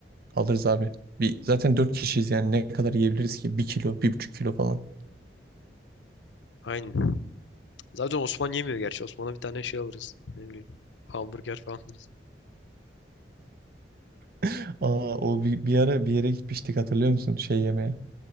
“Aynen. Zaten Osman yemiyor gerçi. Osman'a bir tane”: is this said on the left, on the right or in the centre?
Left